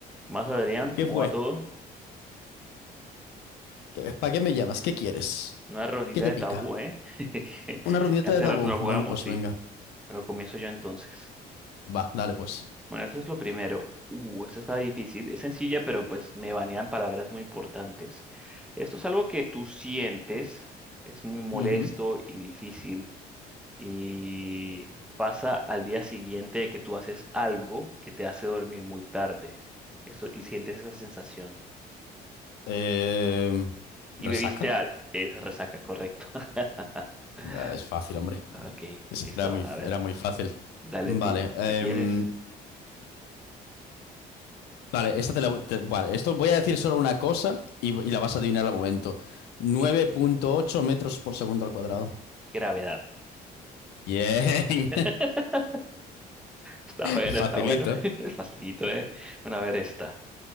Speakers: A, in the centre; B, on the left.
A: Más Adrián,
B: ¿Qué
A: ¿cómo
B: fue?
A: va todo?
B: ¿Qué- ¿Para qué me llamas? ¿Qué quieres?
A: Una rondita
B: ¿Qué te
A: de
B: pica?
A: tabú, ¿eh? <laughs> Que
B: ¿Una rondita
A: hace
B: de tabú?
A: rato no jugamos,
B: Bueno, pues
A: sí.
B: venga.
A: Pero comienzo yo entonces.
B: Va, dale pues.
A: Bueno, eso es lo primero. Uh, esta está difícil. Es sencilla, pero pues me banean palabras muy importantes. Esto es algo que tú sientes, es muy molesto
B: Ujú.
A: y difícil. Y pasa al día siguiente de que tú haces algo que te hace dormir muy tarde. Eso, y sientes esa sensación.
B: Em, ¿resaca?
A: Y bebiste al... Es resaca, correcto. <laughs> Ah,
B: Ah, Es fácil, hombre.
A: Ok,
B: Ese
A: listo.
B: Era muy,
A: A ver,
B: era muy fácil.
A: dale
B: Vale.
A: tú.
B: em,
A: ¿Qué tienes?
B: vale, esta te la, voy- te- vale, esto voy a decir solo una cosa y, y la vas a adivinar al momento. Nueve
A: ¿Qué?
B: punto ocho metros por segundo al cuadrado.
A: Gravedad.
B: Bien.
A: <laughs> Está bueno,
B: <laughs> Facilito.
A: está bueno. <laughs> Es facilito, ¿eh? Bueno, a ver esta.